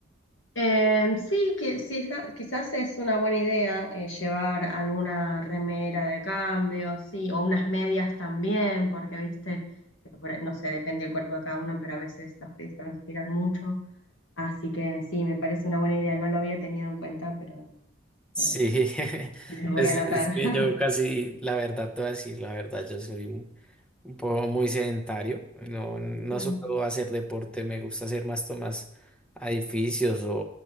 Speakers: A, on the left; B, in the centre.
A: Eh, sí, que, sí, esa- quizás es una buena idea eh, llevar alguna remera de cambio, sí, o unas medias también, porque viste, que por ahí- no sé, depende del cuerpo de cada uno, pero a veces los pies transpiran mucho. Así que sí, me parece una buena idea, no lo había tenido en cuenta, pero...
B: Sí,
A: eh,
B: <laughs>
A: Lo voy
B: pues
A: a anotar.
B: es
A: <laughs>
B: que yo casi, la verdad te voy a decir, la verdad, yo soy un un poco muy sedentario, no, no
A: Mm,
B: suelo hacer deporte, me gusta hacer más tomas a edificios o,